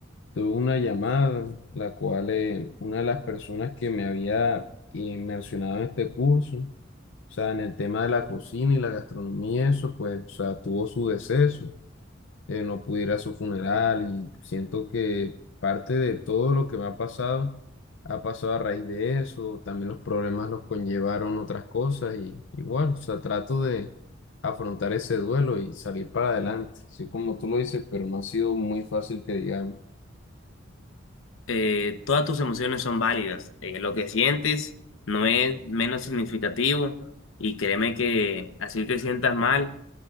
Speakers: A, on the left; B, on the left.
A: tuve una llamada, la cual eh, una de las personas que me había inmersionado en este curso, o sea, en el tema de la cocina y la gastronomía, eso, pues, o sea, tuvo su deceso, eh, no pude ir a su funeral y siento que parte de todo lo que me ha pasado ha pasado a raíz de eso, también los problemas los conllevaron otras cosas y igual, o sea, trato de afrontar ese duelo y salir para adelante, así como tú lo dices, pero no ha sido muy fácil que digamos.
B: Eh, todas tus emociones son válidas. Eh, lo que sientes no es menos significativo y créeme que así te sientas mal.